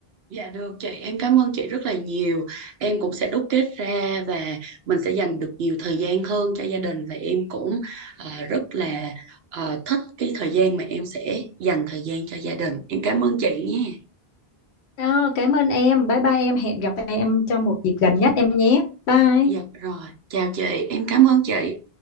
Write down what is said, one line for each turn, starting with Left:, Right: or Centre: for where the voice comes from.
Right: Dạ được chị, em cảm ơn chị rất là nhiều. Em cũng sẽ đúc kết ra và mình sẽ dành được nhiều thời gian hơn cho gia đình và em cũng ờ, rất là ờ, thích cái thời gian mà em sẽ dành thời gian cho gia đình. Em cảm ơn chị nha.
Left: Ờ, cảm ơn em. Bye bye em. Hẹn gặp em trong một dịp gần
Right: Dạ
Left: nhất em nhé. Bye.
Right: dạ, rồi, chào chị, em cảm ơn chị.